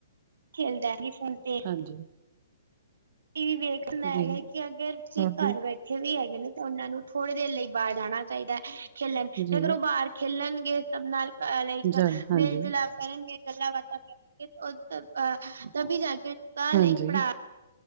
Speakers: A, on the right; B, on the right.
A: ਖੇਲਦੈ ਫੋਨ ਤੇ
B: ਹਾਂਜੀ
A: ਵੀ ਵੇਖਨੈ
B: ਜੀ
A: ਐਗੈ ਕਿ ਅਗਰ ਤੁਸੀ
B: ਹਾਂਜੀ
A: ਘਾੱਰ ਬੈ ਠੇ ਵੀ ਐਗੇ ਨੇ ਤੇ ਓਨਾਂ ਨੂੰ ਥੋੜੇ ਦੇਰ ਲਈ ਬਾਰ ਜਾਣਾ ਚਾਈਦੈ ਖੇਲਨ ਤੇ
B: ਜੀ
A: ਅਗਰ ਓ ਬਾਰ ਖੇਲਨਗੇ ਸੱਬ ਨਾਲ ਲਾਈਕ
B: ਜ ਹਾਂਜੀ
A: ਮੇਲ ਜੁਲਾਪ ਕਰਨਗੇ ਗੱਲਾਂ ਬਾਤਾਂ ਕਰਨਗੇ ਤਬੀ ਜਾ ਕੇ ਕੇ
B: ਹਾਂਜੀ,
A: <unintelligible> ਪੜਾ